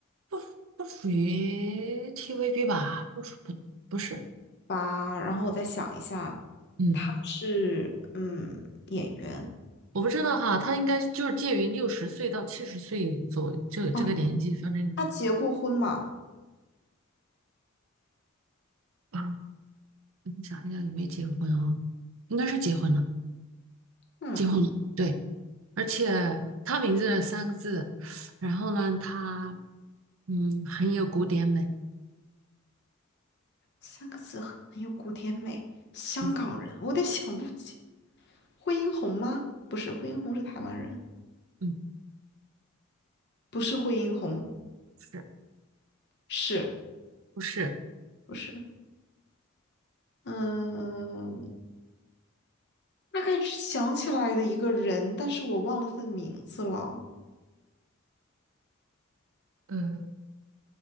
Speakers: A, on the right; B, on the left.
A: 不不属于 TVB 吧，不属不不是，
B: 吧，然后我再想一下，
A: 嗯，
B: 她是嗯演员。
A: 我不知道哈，他应该就是介于六十岁到七十岁左这这个年纪，
B: OK，
A: 反正
B: 她结过婚吗？
A: 啊，我想一下有没有结婚啊，应该是结婚了，
B: 嗯，
A: 结婚了，对，而且他名字三个字，然后呢，他嗯很有古典美，
B: 三个字很有古典美。香港人，
A: 嗯
B: 我得想不起。惠英红吗？不是，惠英红是台湾人。
A: 嗯。
B: 不是惠英红，
A: 是。
B: 是
A: 不是，
B: 不是？嗯，大概想起来的一个人，但是我忘了他的名字了。
A: 嗯